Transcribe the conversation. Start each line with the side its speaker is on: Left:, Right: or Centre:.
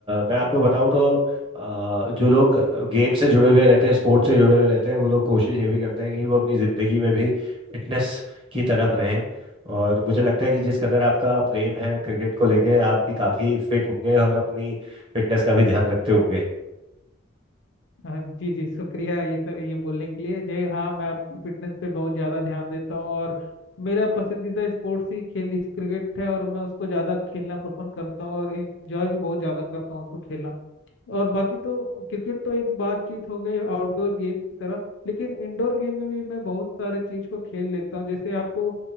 Right: मैं आपको बताऊं तो अ, जो लोग गेम से जुड़े हुए रहते हैं स्पोर्ट्स से जुड़े हुए रहते हैं वो लोग कोशिश ये भी करते हैं कि वो अपनी ज़िंदगी में भी फिटनेस की तरफ रहें और मुझे लगता है कि जिस कदर आपका प्रेम है क्रिकेट को लेके आप भी काफ़ी फिट होंगे और अपनी फिटनेस का भी ध्यान रखते होंगे
Left: हाँ जी जी शुक्रिया ये सब ये बोलने के लिए जय हाँ मैं अपनी फिटनेस पे बहुत ज़्यादा ध्यान देता हूँ और मेरा पसंदीदा स्पोर्ट्स ही खेल क्रिकेट है और मैं उसको ज़्यादा खेलना पसंद करता हूँ और इंजॉय भी बहुत ज़्यादा करता हूँ उसको खेलना और बाकी तो क्रिकेट तो एक बातचीत हो गई आउटडोर गेम की तरह लेकिन इंडोर गेम में भी मैं बहुत सारे चीज को खेल लेता हूँ जैसे आपको